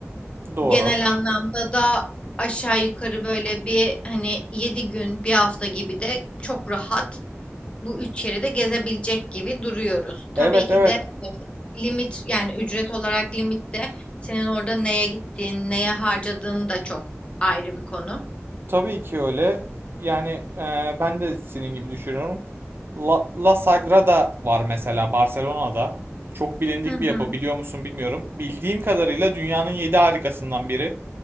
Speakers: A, on the right (about 50°); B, on the left (about 25°).
A: Doğru.
B: Genel anlamda da aşağı yukarı böyle bir hani 7 gün, bir hafta gibi de çok rahat bu üç yeri de gezebilecek gibi duruyoruz. Tabii
A: Evet
B: ki
A: evet
B: de e, limit yani ücret olarak limitte senin orada neye gittiğin, neye harcadığın da çok ayrı bir konu.
A: tabii ki öyle. Yani e, ben de senin gibi düşünüyorum. La, La Sagrada var mesela Barcelona'da. Çok bilindik
B: Hı hı.
A: bir yapı biliyor musun bilmiyorum. Bildiğim kadarıyla dünyanın 7 harikasından biri.